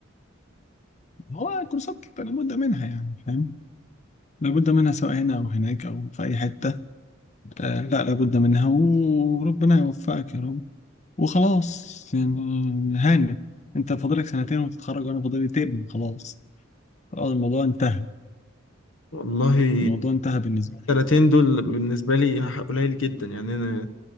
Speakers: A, on the left; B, on the left.
A: هو الكورسات لابد منها يعني فاهم لابد منها سواء هنا او هناك او في اي حته آه لا لابد منها وربنا يوفقك يا رب وخلاص يعني هانت انت فاضلك سنتين وتتخرج وانا فاضلي ترم خلاص خلاص الموضوع انتهى
B: والله
A: الموضوع انتهى بالنسبه
B: السنتين
A: لي
B: دول بالنسبة لي قليل جدا يعني أنا